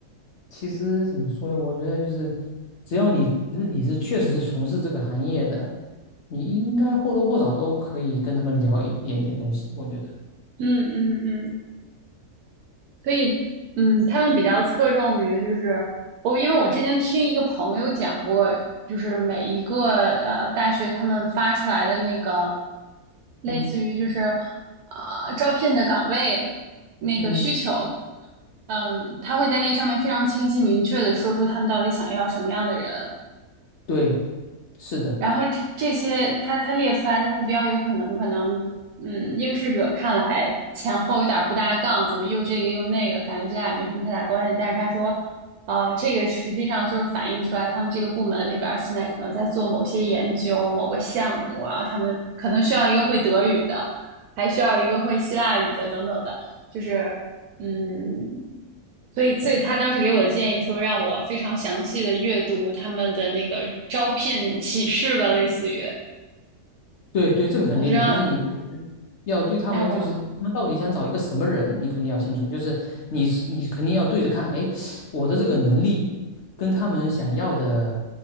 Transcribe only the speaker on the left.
其实怎么说呢？我觉得就是，只要你自己是确实是从事这个行业的，你应该或多或少都可以跟他们聊一点点东西。我觉得，
嗯
嗯，
对，是的。
对对，这个肯定的，
就是你确实要对他们，
就是他们到底想找一个什么人，你肯定要清楚，就是你你肯定要对着看，哎，我的这个能力跟他们想要的